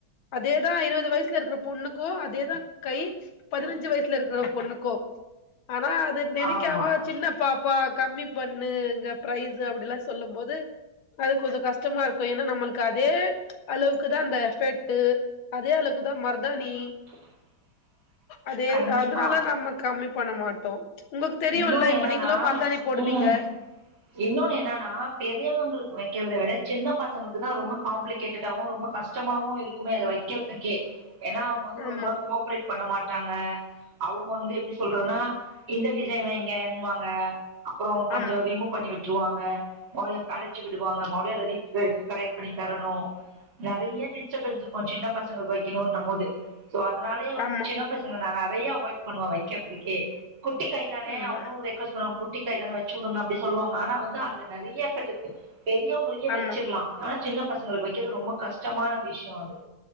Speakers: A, on the left (about 85°); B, on the right (about 85°).
A: அதேதா இருபது வயசுல இருக்குற பொண்ணுக்கு அதேதா கை பதினஞ்சு வயசுல இருக்குற பொண்ணுக்கு ஆனா அது நினைக்காம
B: ஆமா
A: சின்ன பாப்பா கம்மி பண்ணு இங்க பரைஸ்ஸ அப்டினு எல்லா சொல்லும் போது அது கொஞ்சோ கஷ்டமா இருக்கும் ஏன்னா நம்மளுக்கு அதே அளவுக்கு தான் அந்த எஃபெக்ட் அதே அளவுக்கு தான் மர்தாணி
B: <inaudible>
A: அதே
B: கண்டிப்பா
A: அதனால நம்ம கம்மி பண்ண மாட்டோ உங்களுக்கு தெரியும்ல
B: இன்னொன்னு
A: இப்ப
B: என்னன்னா
A: நீங்களா மருதாணி போடுவீங்க
B: ம் இன்னொன்னு என்னன்னா பெரியவங்களுக்கு வக்கிறத விட சின்ன பசங்களுக்கு தா ரொம்ப காம்பளிகேட்டடாவும் ரொம்ப கஷ்டம் கஷ்டமாவும் இருக்குமே இத வக்கிறதுக்கே ஏன்னா அவுங் வந்துருக்கவங்களா
A: ஆமா
B: கோப்ரேட் பண்ண மாட்டாங்க அவுங்க வந்து எப்டி சொல்றதுன்னா இந்த டிசைன் வைங்கனுவாங்க அப்றோ கொஞ்சோ
A: ஆமா
B: ரிமூ பண்ணி விட்ருவாங்க ஓலைய கழச்சு விடுவாங்க மறுபடியு அத ரீச் பெருக் கரெக்ட் பண்ணி தரணு நெறைய டிஸ்டபென்ஸ் இருக்கு சின்ன பசங்களுக்கு வைக்கணுன்ற மோது சோ அதனாலயே வந்து
A: ஆமா
B: சின்ன பசங்கள நா நெறைய அவாய்ட் பண்ணுவே வைக்கறதுக்கே குட்டி கை தான
A: ஆமா
B: அவங்களு ரெக்வொஸ்ட் பண்ணுவாங்க குட்டிகை தான வச்சு வுடுங்க அப்டி சொல்வாங்க ஆனா வந்து அதுல நெறைய எஃபெக்ட் இருக்கு பெரியவங்களுக்கே
A: ஆமா
B: வச்சிற்லா ஆனா சின்னப் பசங்களுக்கு வைக்கிறது ரொம்ப கஷ்டமான விஷ்யோ அது